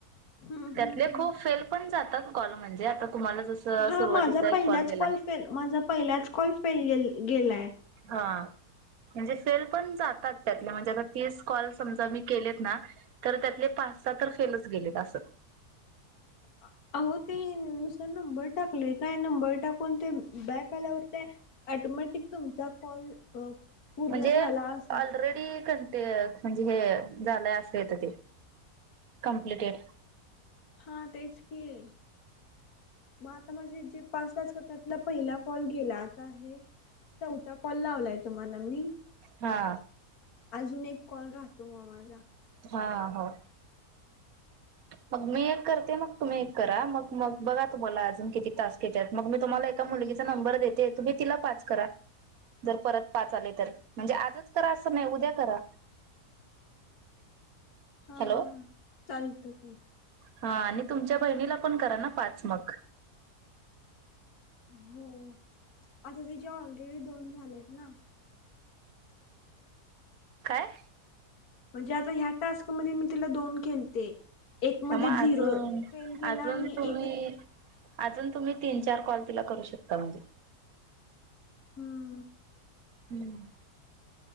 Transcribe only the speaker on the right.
त्यातले
खूप फेल पण जातात कॉल म्हणजे आता तुम्हाला जस
सुरुवातीचा
एक कॉल केेला
हा म्हणजे फेल पण जातात त्यातल्या म्हणजे आता तीस कॉल समजा मी केलेत ना तर त्यातले पाच स तर फेलच गेलेत असं
म्हणजे
ऑलरेडी कंट म्हणजे हे झालंय असं येत ते कमप्लटेड
हा
हा होा मग मी एक करते मग तुम्ही एक करा मग मग बघा तुम्हाला अजून किती तास घेतात मग मी तुम्हाला मुलगीचा नंबर देते तुम्ही तिला पाच करा जर परत पाच आले तर म्हणजे आजच करा असं नाही उद्या करा
हॅलो
हा आणि तुमच्या बहिणीला पण करा ना पाच मग
काय
ह मग
अजून
अजून
तुम्ही
अजून तुम्ही तीन चार कॉल तिला करू शकता म्हणजे
हं